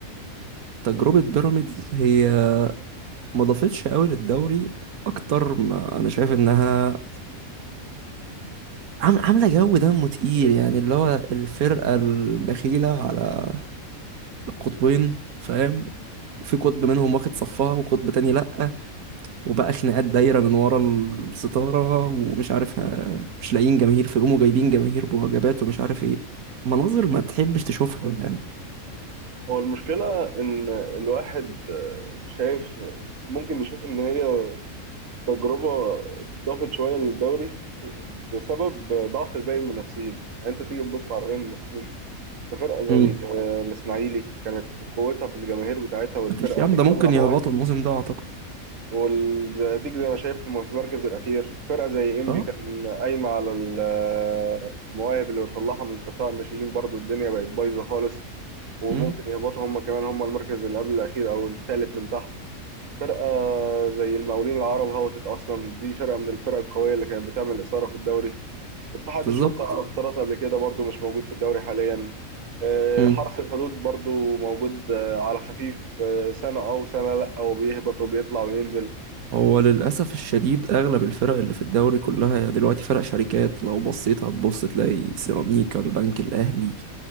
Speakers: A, on the right (about 85°); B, on the right (about 65°).
A: تجربة بيراميدز هي ما ضافتش قوي للدوري اكتر ما انا شايف انها عام- عاملة جو دمه تقيل يعني اللي هو الفرقة البخيلة على القطبين فاهم في قطب منهم واخد صفها وقطب تاني لأ وبقى خناقات دايرة من ورا الستارة ومش عارف ه- مش لاقيين جماهير فيقوموا جايبين جماهير بوجبات ومش عارف ايه مناظر ما تحبش تشوفها يعني
B: هو المشكلة إن الواحد آه، شايف ممكن نشوف إن هي تجربة ضافت شوية للدوري بسبب ضعف باقي المنافسين، يعني أنت تيجي تبص على باقي المنافسين ده فرقة
A: امم
B: زي آه، الإسماعيلي كانت قوتها في الجماهير بتاعتها والفرقة
A: مفيش يا
B: وبتطلع
A: عم ده ممكن
B: مواهب
A: يهبطوا الموسم ده اعتقد
B: والزقازيق زي ما شايف في المركز الأخير، فرقة زي إنبي
A: اه
B: كان قايمة على ال- آه، المواهب اللي بتطلعها من قطاع الناشئين برضو الدنيا بقت بايظة خالص. وممكن
A: امم
B: يهبطوا هم كمان هم المركز اللي قبل الأخير أو الثالث من تحت فرقة زي المقاولين العرب هبطت أصلا دي فرقة من الفرق القوية اللي كانت بتعمل إثارة في الدوري اتحاد
A: بالظبط
B: الشرطة افترضت قبل كده برضو مش موجود في الدوري حاليا آه،
A: امم
B: حرس الحدود برضو موجود آه، على خفيف آه، سنة أو سنة لأ وبيهبط وبيطلع وينزل
A: هو للأسف الشديد أغلب الفرق اللي في الدوري كلها يعني دلوقتي فرق شركات لو بصيت هتبص تلاقي سيراميكا البنك الأهلي